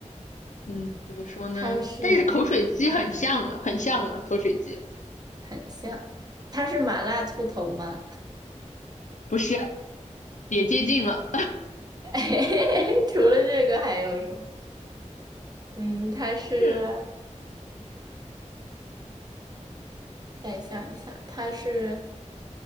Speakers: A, on the left; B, on the right.
A: 嗯，怎么说呢？
B: 它是
A: 但是口水鸡很像了，很像了，口水鸡
B: 很像，它是麻辣兔头吗？
A: 不是，也接近了，
B: <laughs> 除了这个还有什么？嗯，它是，
A: <laughs> 是，
B: 再想一想，它是。